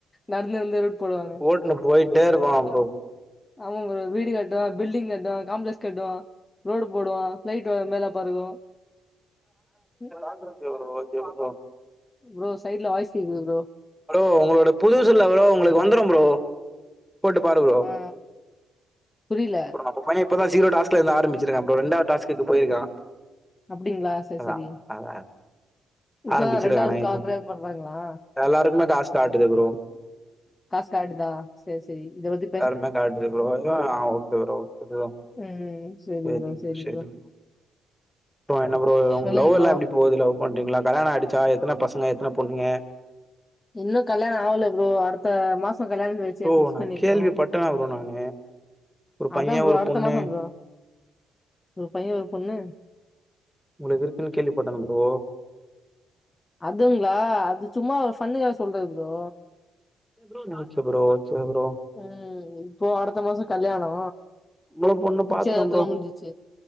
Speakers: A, on the left (about 20°); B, in the centre.
A: நடந்து நடந்து ரோடு போடுவானே
B: போட்டுன்னு போயிட்டே இருப்பகா ப்ரோ
A: ஆமாங்க ப்ரோ வீடு கட்டுவா பில்டிங் கட்டுவாங்க காம்ப்ளெக்ஸ் கட்டுவா ரோடு போடுவா பிளைட் வ மேலே பறக்கு ம்
B: okay bro okay bro
A: bro சைட்ல வாய்ஸ் கேக்குது ப்ரோ
B: ப்ரோ உங்களோட புதுசெல்ல கூடோ உங்களுக்கு வந்துரு ப்ரோ போட்டு பாரு ப்ரோ
A: ஆ புரில
B: உங்க பையே இப்பதா ஜீரோ டாஸ்க்லருந்து ஆரம்பச்சிருக்க ப்ரோ ரெண்டாவது டாஸ்க்குக்கு போயிருக்கா
A: அப்டிங்களா சரி
B: அதா
A: சரி
B: அதா
A: இப்பதா
B: ஆரம்பிச்சிருக்கா
A: ரெண்டாவது
B: நைட்டு
A: கால் <unintelligible> பண்றாங்களா
B: எல்லாருக்குமே காசு காட்டுது ப்ரோ
A: காசு காட்டுதா சேர் சேரி இந்த வந்து
B: யாருமே தரதில்ல ப்ரோ இதுவு ஓகே ப்ரோ இதுவு
A: ம் செரி
B: செரிங்க
A: செரி
B: ப்ரோ செரிங்க ப்ரோ அப்றோ என்ன ப்ரோ
A: சொல்லுங்க
B: லவ்வல்லா
A: ப்ரோ
B: எப்படி போது லவ் பண்றீங்களா கல்யாணோ ஆயிடிச்ச எத்தன பசங்க எத்தன பொண்ணுங்க
A: இன்னு கல்யாணோ ஆகல ப்ரோ அடுத்த மாசோ கல்யாணோ பண் சிம்ஸ்
B: ப்ரோ
A: ஃப்க்ஸ்
B: நா
A: பண்ணிருக்கோ
B: கேள்விப்பட்டனா ப்ரோ நானு ஒரு பைய
A: அதா ப்ரோ
B: ஒரு
A: அடுத்த
B: பொண்ணு
A: மாசோ ப்ரோ ஒரு பையே ஒரு பொண்ணு
B: உள்ள இருக்குன்னு கேள்விப்பட் ப்ரோ
A: அதுங்களா அது சும்மா ஒரு பண்ணுக்காக சொல்றது ப்ரோ
B: ப்ரோ ஓகே ப்ரோ சேரி ப்ரோ
A: ம் இப்போ அடுத்த மாசோ கல்யாணோ
B: இ்ன்னோரு பொண்ணு பாத்துட்டே
A: நிச்சயதார்த்தோலா
B: ப்ரோ
A: முடிஞ்சிச்சு